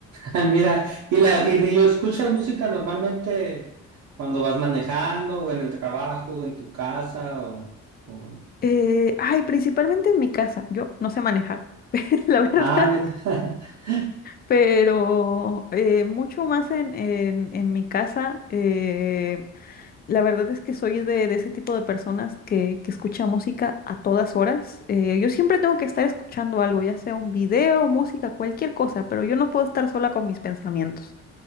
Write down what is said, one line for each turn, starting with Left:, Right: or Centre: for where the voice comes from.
Right: Ah, Mira, y, la, y y yo escucho música normalmente cuando vas manejando o en el trabajo o en tu casa o... o-
Left: Eh, ay, principalmente en mi casa. Yo no sé manejar, <laughs> la verdad.
Right: Ah, mira. <laughs>
Left: pero eh, mucho más en, en, en mi casa. eh, la verdad es que soy de, de ese tipo de personas que, que escucha música a todas horas. eh, yo siempre tengo que estar escuchando algo, ya sea un video, música, cualquier cosa, pero yo no puedo estar sola con mis pensamientos.